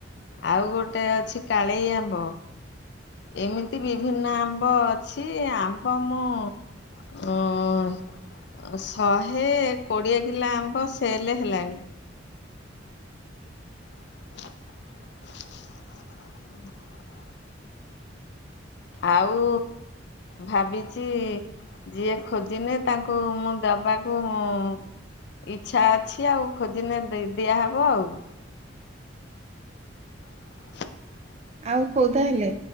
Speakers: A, on the left (about 60°); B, on the right (about 35°).
A: ଆଉ ଗୋଟେ ଅଛି କାଳେଇ ଆମ୍ବ। ଏମିତି ବିଭିନ୍ନ ଆମ୍ବ ଅଛି ଆମ୍ବ ମୁଁ ହୁ ହୁ ଶହେ କୋଡ଼ିଏ କିଲୋ ଆମ୍ବ ସେଲ୍ ହେଲାଣି। <inaudible> ଆଉ ଭାବିଚି ଯିଏ ଖୋଜିନେ ତାଙ୍କୁ ମୁଁ ଦବାକୁ ମୁଁ ଇଚ୍ଛା ଅଛି ଆଉ ଖୋଜିିନେ ଦି-ଦିଆହେବ ଆଉ। <inaudible>
B: ଆଉ ହଉ ତାହେଲେ।